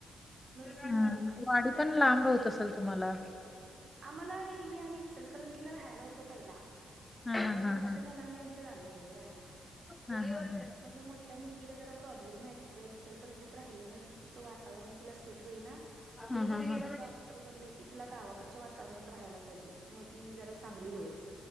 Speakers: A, on the right; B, on the left.
A: नृसिंहवाडीला
B: हम् वाडी पण लांब होत असेल तुम्हाला.
A: आम्हाला नाही मी आम्ही इचलकरंजीला राहायला होतो पहिला.
B: हा हा
A: दोन
B: हा
A: वर्ष
B: हा
A: झाला आम्ही आमच्या गावी आलोय राहायला.
B: हा हा हा
A: माझ्या मोठ्या मुलगीला ज रा प्रॉब्लेम आहे तिकड इचलकरंजीत राहिल्यानंतर तिचं वातावरण तिला सुट होईना.
B: हा हा हा हम्म
A: मग डॉक्टर बोलले की ति गावाक च्या वातावरणात राहिला पाहिजे म तिजरा चांगली होईल.